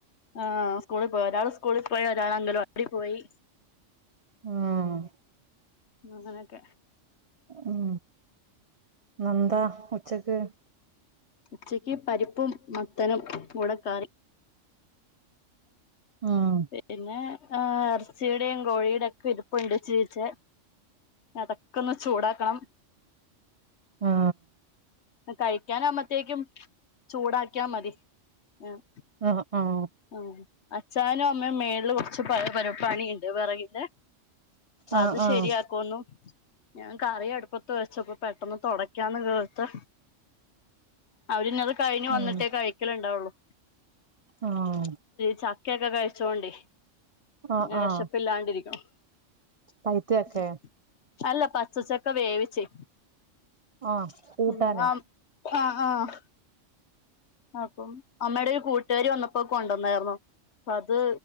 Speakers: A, on the left; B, on the right.
A: ആഹ് സ്കൂളിൽ പോയി ഒരാൾ സ്കൂളിൽ പോയി ഒരാളെങ്കലവാടി പോയി
B: ആഹ്
A: അങ്ങനൊക്കെ
B: ഉം ഇന്നന്താ ഉച്ചക്ക്
A: ഉച്ചക്ക് പരിപ്പും മത്തനും കൂടെ കറി
B: ഉം
A: പിന്നെ ഏഹ് എറച്ചിയുടെയും കോഴിയുടെ ഒക്കെ ഇരിപ്പുണ്ട് ഇച്ചിരീച്ചെ അതൊക്കെ ഒന്ന് ചൂടാക്കണം
B: ആഹ്
A: കഴിക്കാനാവുമ്പത്തേക്കും ചൂടാക്കിയാ മതി ആഹ്
B: ആഹ് ആഹ്
A: ആഹ് അച്ഛായനും അമ്മയും മേളില് കൊർച്ച് പ പര് പണിയ്ണ്ട് വെറകിൻ്റെ
B: ആഹ്
A: അത്
B: ആഹ്
A: ശരിയാക്കുന്നു ഞാൻ കറി അടുപ്പത്ത് വെച്ചപ്പോ പെട്ടന്ന് തുടയ്ക്കാന്ന് കേ ത്ത്. അവരിഞ്ഞത് കഴിഞ്ഞ് വന്നിട്ടേ
B: ഉം
A: കഴിക്കല് ഇണ്ടാവൊള്ളു
B: ആഹ്
A: ചക്കയൊക്കെ കഴിച്ചോണ്ടേ
B: ആഹ്
A: <unintelligible> വിശപ്പില്ലാണ്ടിരിക്ണു
B: ആഹ് പൈത്തയൊക്കെ
A: ഉം. അല്ല പച്ചസോ ചക്ക വേവിച്ചെ
B: ആഹ് കൂട്ടാന്
A: ഉം ആം ആഹ് ആഹ് അപ്പം അമ്മയുടെ ഒരു കൂട്ടുകാരി വന്നപ്പോ കൊണ്ടന്നായിർന്നു. അത്